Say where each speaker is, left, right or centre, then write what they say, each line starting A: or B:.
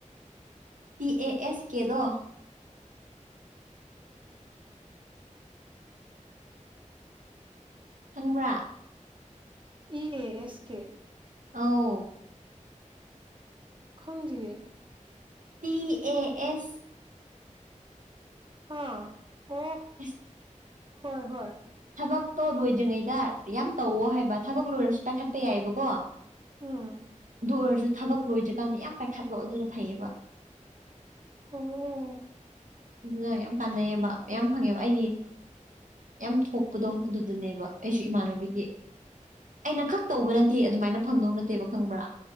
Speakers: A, on the right; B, on the right.
A: ꯇꯤꯑꯦꯑꯦꯁꯀꯦꯗꯣ꯫ ꯈꯪꯕ꯭ꯔꯥ?
B: ꯏꯑꯦꯑꯦꯁꯀꯦ꯫
A: ꯑꯧ꯫
B: ꯈꯪꯗꯤꯌꯦ꯫
A: ꯇꯤꯑꯦꯑꯦꯁ꯫
B: ꯑꯥ ꯑꯣ
A: ꯑꯁ
B: ꯍꯣꯏ- ꯍꯣꯏ꯫
A: ꯊꯕꯛꯇꯣ ꯂꯣꯏꯗ꯭ꯔꯤꯉꯩꯗ ꯌꯥꯝ ꯇꯧꯑꯣ ꯍꯥꯏꯕ ꯊꯕꯛ ꯂꯣꯏꯔꯁꯨ ꯄꯥꯏꯈꯠꯄ ꯌꯥꯏꯑꯕꯀꯣ꯫
B: ꯎꯝ꯫
A: ꯑꯗꯨ ꯑꯣꯏꯔꯁꯨ ꯊꯕꯛ ꯂꯣꯏꯗ꯭ꯔꯤꯀꯥꯟꯗ ꯌꯥꯝ ꯄꯥꯏꯈꯠꯂꯣ ꯑꯗꯨꯅ ꯐꯩꯌꯦꯕ꯫
B: ꯑꯣ
A: ꯑꯗꯨꯅ ꯌꯥꯝ ꯀꯥꯟꯅꯩꯑꯕ ꯌꯥꯝ ꯐꯪꯉꯦꯕ ꯑꯩꯒꯤ ꯌꯥꯝ ꯊꯣꯛ ꯀꯗꯣꯗꯨꯗꯅꯦꯕ ꯑꯩꯁꯨ ꯏꯃꯥꯟꯅꯕꯤꯒꯤ ꯑꯩꯅ ꯈꯛꯇ ꯇꯧꯕꯅꯗꯤ ꯑꯗꯨꯃꯥꯏꯅ ꯐꯪꯗꯧ ꯅꯠꯇꯦꯕ ꯈꯪꯕ꯭ꯔꯥ